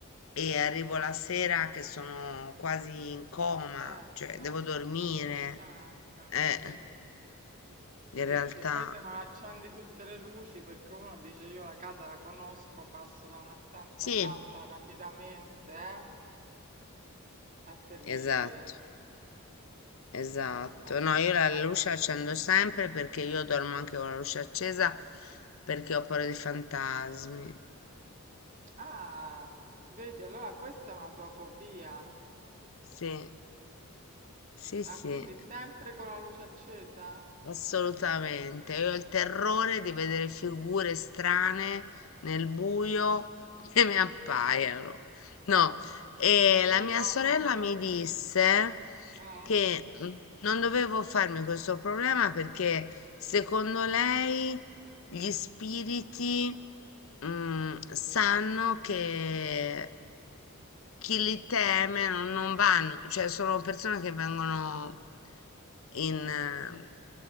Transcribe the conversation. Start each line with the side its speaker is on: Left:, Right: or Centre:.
Left: e arrivo la sera che sono quasi in coma,
Right: certo,
Left: cioè devo dormire.
Right: molto stanca.
Left: Eh,
Right: Sì,
Left: in
Right: sì,
Left: realtà,
Right: sì. Poi se non accendi tutte le luci, perché uno dice io la casa la conosco, passo da una stanza
Left: sì,
Right: all'altra rapidamente, eh? È terribile.
Left: esatto. Esatto,
Right: Eh, lo so, lo
Left: no,
Right: so.
Left: io la
Right: Ma
Left: luce
Right: co-
Left: la accendo sempre perché io dormo anche con la luce accesa perché ho paura dei fantasmi.
Right: ah, vedi, allora questa è una tua fobia.
Left: Sì, sì, sì.
Right: Ah, quindi sempre con la luce accesa?
Left: Assolutamente, io ho il terrore di vedere figure strane nel buio <laughs> che mi appaiano. No,
Right: Mm.
Left: e la
Right: Io
Left: mia
Right: dormo
Left: sorella
Right: invece,
Left: mi disse
Right: eh,
Left: che mm, non dovevo farmi questo problema perché secondo lei gli spiriti, mm, sanno che chi li teme non, non vanno, cioè sono persone che vengono in, eh,